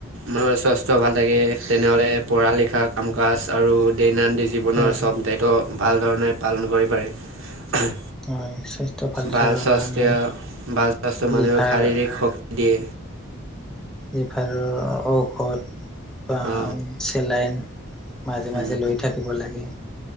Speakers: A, on the right (about 70°); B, in the centre.
A: মানুহৰ স্বাস্থ্য ভাল থাকে তেনেহলে পঢ়া লিখা কাম কাজ আৰু দৈনন্দি- জীৱনৰ
B: হয়
A: চব দায়িত্ব ভাল ধৰণে পালন কৰি পাৰে।
B: হয় স্বাস্থ্য ভালে
A: ভাল
B: থকাৰ
A: স্বাস্থয়
B: কাৰণে
A: ভাল স্বাস্থ্য মানুহে
B: লিভাৰ
A: শাৰীৰিক শক্তি দিয়ে।
B: লিভালৰ ঔষধ। বা
A: অ,
B: চেলাইন মাজে
A: উম,
B: মাজে লৈ থাকিব লাগে।